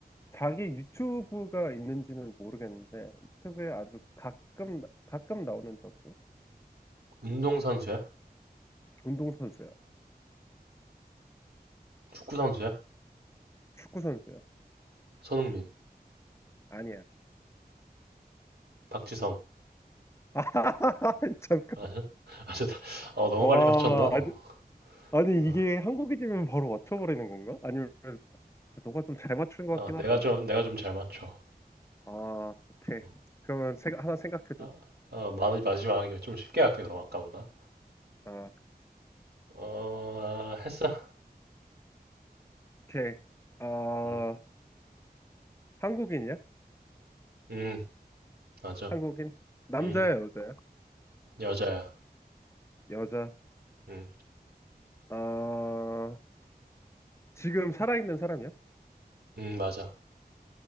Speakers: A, on the left; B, on the right.
A: 자기 유튜브가 있는지는 모르겠는데 유튜브에 아주 가끔 가끔 나오는 정도?
B: 운동 선수야?
A: 운동선수야.
B: 축구 선수야?
A: 축구선수야.
B: 손흥민,
A: 아니야.
B: 박지성.
A: <laughs> 아, 잠깐.
B: 맞아? 맞아. 어, 너무
A: 와,
B: 빨리 맞췄나? 어,
A: 아주- 아니
B: 어.
A: 이게 한국인이면 바로 맞춰버리는 건가? 아니면 너가 좀 잘 맞추는 것
B: 어,
A: 같긴
B: 내가
A: 하다.
B: 좀, 내가 좀 잘 맞춰.
A: 아, 오케이.
B: 어,
A: 그러면 생각, 하나 생각해줘.
B: 아, 어, 마지- 마지막이야. 좀 쉽게 할게, 그럼 아까보다.
A: 아,
B: 어, 했어?
A: 오케이. 아,
B: 음,
A: 한국인이야?
B: 음, 맞아.
A: 한국인? 남자야,
B: 음,
A: 여자야?
B: 여자야.
A: 여자.
B: 음,
A: 아, 지금 살아있는 사람이야?
B: 음, 맞아.